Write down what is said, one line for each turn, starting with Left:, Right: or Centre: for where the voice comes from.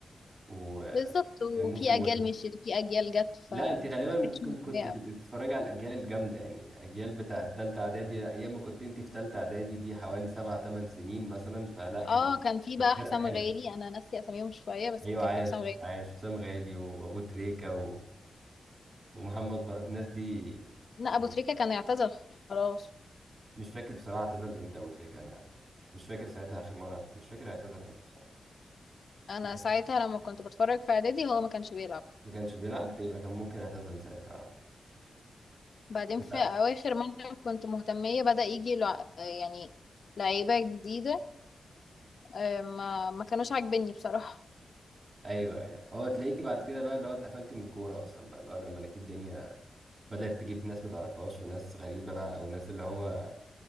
Right: وكان
Left: <laughs> بالظبط
Right: موسم
Left: وفي اجيال
Right: وحش
Left: مشيت وفي اجيال جت ف
Right: لا انت غالبا
Left: مبقتش
Right: ممكن
Left: متضايقة
Right: كنت تتفرج
Left: أوي.
Right: على الاجيال الجامده يعني اجيال بتاع التالتة اعدادي ايام ما كنت انت في تالتة اعدادي دي حوالي سبع تمن سنين مثلا فلا كان
Left: اه كان في
Right: كانت
Left: بقى
Right: فرقه
Left: حسام
Right: حلوه
Left: غالي انا ناسيه اساميهم شوية بس
Right: ايوه
Left: كان
Right: عاش
Left: في حسام غالي
Right: عاش حسام غالي وابو تريكه و... ومحمد بركه الناس دي
Left: لا
Right: يعني
Left: ابو تريكة كان يعتزل خلاص
Right: مش فاكر بصراحه اعتزل امتى ابو تريكه انا مش فاكر ساعتها اخر مره مش فاكر اعتزل امتى بصراحه
Left: انا
Right: بس
Left: ساعتها لما كنت بتفرج في اعدادي هو ما كانش بيلعب
Right: ما كانش بيلعب يبقى كان ممكن اعتزل ساعتها
Left: بعدين
Right: بس
Left: في اواخر ما أنا كنت مهتمية بدأ يجي لع- يعني لعيبة جديدة آه، ما ما كانوش عاجبني بصراحة
Right: ايوه ايوه هو تلاقيكي بعد كده بقى اللي هو اتقفلتي من الكوره اصلا بقى اللي هو لما لقيتي الدنيا بدأت تجيب ناس متعرفهاش وناس غريبة بقى أو ناس اللي هو